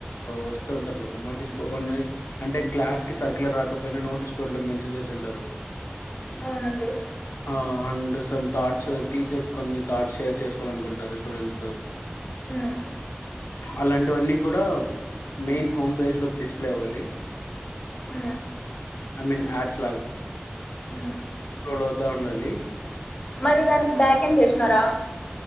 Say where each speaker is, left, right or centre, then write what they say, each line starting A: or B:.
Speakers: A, on the left; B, on the left.
A: వస్తూ ఉంటరు కదా నోటీస్ బోని అంటే క్లాస్కి సర్కలర్ రాకపోయినా నోటీస్ బోర్డులో మెన్షన్ చేసి ఉంటరు
B: అవునండి
A: ఆ అండ్ సమ్ థాట్స్ టీచర్స్ కొన్ని థాట్స్ షేర్ చేసుకోవాలి అనుకుంటరు స్టూడెంట్స్తో
B: హ్మ్.
A: అలాంటివన్నీ కూడా మెయిన్ హోమ్ పేజ్లోకి డిస్ప్లే అవ్వాలి
B: ఉ
A: I mean ads
B: hmm.
A: Scroll అవుతా ఉండాలి
B: మరి దానికి బ్యాక్ ఎండ్ చేసినరా